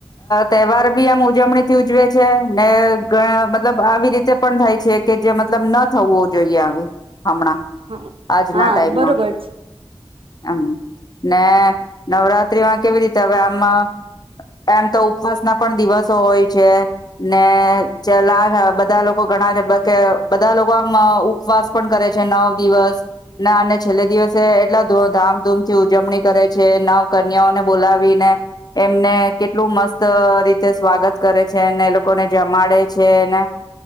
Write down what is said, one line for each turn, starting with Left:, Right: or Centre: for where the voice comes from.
Left: તહેવાર બી આમ ઉજવણી થી ઉજવે છે ને ઘ મતલબ આવી રીતે પણ થાય છે કે જે મતલબ ના થવો જોઈએ આવે. હમણાં,
Right: હા
Left: આજના
Right: હા
Left: ટાઈમમાં,
Right: બરોબર છે
Left: હમ. ને નવરાત્રી માં કેવી રીતે હવે એમ તો ઉપવાસ ના પણ દિવસો હોય છે, ને ચલા બધા લોકો ઘણા કે બધા લોકો આમ ઉપવાસ પણ કરે છે નવ દિવસ, ના અને છેલ્લે દિવસે એટલા ધધામ મ થી ઉજવણી કરે છે નવ કન્યાને બોલાવીને, એમને કેટલું મસ્ત રીતે સ્વાગત કરે છે ને એ લોકો લોકોને જમાડે છે ને,